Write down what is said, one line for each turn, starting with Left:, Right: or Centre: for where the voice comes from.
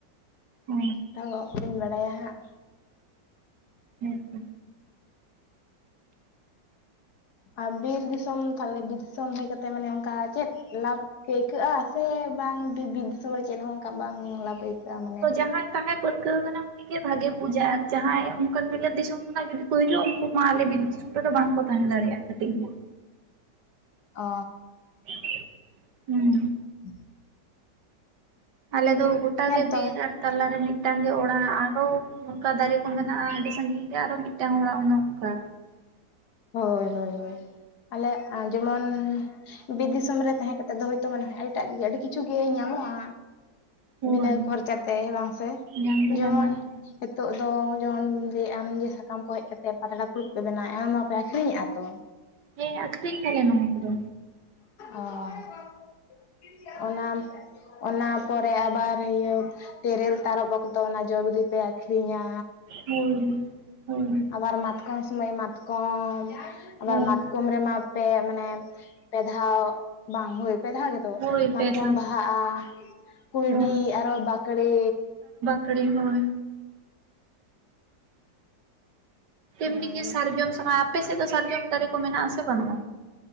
Right: ᱚ
Left: ᱛᱟᱣᱼᱚ ᱵᱟᱹᱧ ᱵᱟᱲᱟᱭᱟ ᱦᱟᱸᱜ᱾
Right: ᱦᱮᱸ ᱛᱚ᱾
Left: ᱟᱨ ᱵᱤᱨ ᱫᱤᱥᱚᱢ ᱛᱟᱦᱚᱞᱮ ᱵᱤᱨ ᱫᱤᱥᱚᱢ ᱦᱮᱡ ᱠᱟᱛᱮ ᱢᱟᱱᱮ ᱚᱝᱠᱟ ᱪᱮᱫ ᱞᱟᱵᱷ? ᱠᱟᱹᱭᱠᱟᱹᱜᱼᱟ ᱥᱮ ᱵᱟᱝ ᱵᱤᱨ ᱫᱤᱥᱚᱢ ᱨᱮ ᱪᱮᱫ ᱦᱚᱸ ᱚᱱᱠᱟ ᱵᱟᱝ ᱞᱟᱵᱷ ᱟᱹᱭᱠᱟᱹᱜᱼᱟ ᱢᱟᱱᱮ
Right: <unintelligible> ᱛᱟᱦᱮᱛ ᱯᱟᱹᱨᱠᱟᱹᱣ ᱠᱟᱱᱟᱢ ᱩᱱᱤᱜᱮ ᱵᱷᱟᱜᱮ ᱵᱩᱡᱟᱭ ᱟᱨ ᱡᱟᱦᱟᱸᱭ ᱚᱱᱠᱟᱱ ᱵᱤᱞᱟᱹ ᱫᱤᱥᱚᱢ ᱠᱷᱚᱱᱟᱜ ᱡᱩᱫᱤ ᱠᱚ ᱦᱤᱡᱩᱜᱼᱟ ᱩᱝᱠᱩ ᱢᱟ ᱟᱞᱮ ᱵᱤᱨ ᱚᱱᱛᱮ ᱫᱚ ᱵᱟᱝᱠᱚ ᱛᱟᱦᱮᱸ ᱫᱟᱲᱮᱭᱟᱜᱼᱟ ᱠᱟᱹᱴᱤᱡ ᱦᱚᱸ᱾
Left: ᱚ
Right: <unintelligible> ᱦᱩᱸ ᱦᱩᱸ
Left: ᱦᱩᱸ
Right: ᱟᱞᱮ ᱫᱚ ᱜᱚᱴᱟ
Left: ᱦᱮᱸᱛᱚ
Right: ᱜᱮ ᱵᱤᱨ ᱟᱨ ᱛᱟᱞᱟ ᱨᱮ ᱢᱤᱫᱴᱟᱝ ᱜᱮ ᱚᱲᱟᱜ ᱟᱨᱚ ᱚᱝᱠᱟ ᱫᱟᱨᱮ ᱠᱚ ᱢᱮᱱᱟᱜᱼᱟ ᱟᱹᱰᱤ ᱥᱟᱺᱜᱤᱧ ᱨᱮ ᱟᱨᱚ ᱢᱤᱫᱴᱟᱝ ᱦᱚᱲᱟᱜ ᱚᱱᱮ ᱚᱝᱠᱟ᱾
Left: ᱦᱳᱭ ᱦᱳᱭ ᱦᱳᱭ ᱟᱞᱮᱜ ᱡᱮᱢᱚᱱ ᱵᱤᱨ ᱫᱤᱥᱚᱢ ᱨᱮ ᱛᱟᱦᱮᱸ ᱠᱟᱛᱮᱫ ᱫᱚ ᱦᱳᱭ ᱛᱚ ᱢᱚᱱᱮᱦᱚᱭ ᱟᱹᱰᱤᱴᱟᱜ ᱜᱮ ᱟᱹᱰᱤ ᱠᱤᱪᱷᱩ ᱜᱮ ᱧᱟᱢᱚᱜᱼᱟ᱾
Right: ᱦᱳᱭ
Left: ᱵᱤᱱᱟᱹ ᱠᱷᱚᱨᱪᱟ ᱛᱮ ᱵᱟᱝ ᱥᱮ,
Right: ᱧᱟᱢ ᱫᱚ
Left: ᱡᱮᱢᱚᱱ
Right: ᱧᱟᱢᱚᱜᱼᱟ
Left: ᱦᱤᱛᱳᱜ ᱫᱚ ᱡᱮᱢᱚᱱ ᱞᱟᱹᱭᱮᱜ ᱟᱢ ᱡᱮ ᱥᱟᱠᱟᱢ ᱠᱚ ᱦᱮᱡ ᱠᱟᱛᱮ ᱯᱟᱛᱲᱟ ᱯᱷᱩᱲᱩᱵ ᱯᱮ ᱵᱮᱱᱟᱣ-ᱟ᱾ ᱟᱹᱠᱷᱨᱤᱧᱮᱜᱼᱟ ᱛᱚ᱾
Right: ᱦᱮᱸ ᱟᱹᱠᱷᱨᱤᱧ ᱫᱟᱞᱮ ᱱᱚᱣᱟ ᱠᱚ ᱫᱚ᱾
Left: ᱚ ᱚᱱᱟᱯ ᱚᱱᱟ ᱯᱚᱨᱮ ᱟᱵᱟᱨ ᱤᱭᱟᱹ ᱛᱮᱨᱮᱞ ᱛᱟᱨᱚᱵ ᱚᱠᱛᱚ ᱚᱱᱟ ᱡᱚ-ᱵᱤᱞᱤ ᱯᱮ ᱟᱹᱠᱷᱨᱤᱧᱟ᱾
Right: ᱦᱳᱭ ᱦᱳᱭ
Left: ᱟᱵᱟᱨ ᱢᱟᱛᱠᱚᱢ ᱥᱚᱢᱚᱭ ᱢᱟᱛᱠᱚᱢ ᱟᱵᱟᱨ
Right: ᱦᱮᱸ
Left: ᱢᱟᱛᱠᱚᱢ ᱨᱮᱢᱟ ᱯᱮ ᱢᱟᱱᱮ ᱯᱮ ᱫᱷᱟᱣ ᱵᱟᱝ ᱦᱳᱭ ᱯᱮ ᱫᱷᱟᱣ ᱜᱮᱛᱚ
Right: ᱦᱳᱭ
Left: ᱢᱟᱛᱠᱚᱢ
Right: ᱯᱮ ᱫᱷᱟᱣ
Left: ᱵᱟᱦᱟᱜ-ᱟ᱾ ᱠᱩᱭᱰᱤ
Right: ᱦᱮᱸ
Left: ᱟᱨᱚ ᱵᱟᱸᱠᱲᱮ,
Right: ᱠᱩᱲᱤᱢ ᱦᱳᱭ
Left: ᱚᱱᱟᱜᱮ
Right: ᱮᱢᱱᱤ ᱜᱮ ᱥᱟᱨᱡᱚᱢ ᱥᱟᱠᱟᱢ ᱟᱯᱮ ᱥᱮᱫ ᱫᱚ ᱥᱟᱨᱡᱚᱢ ᱫᱟᱨᱮ ᱠᱚ ᱢᱮᱱᱟᱜ ᱟᱥᱮ ᱵᱟᱱᱩᱜᱼᱟ?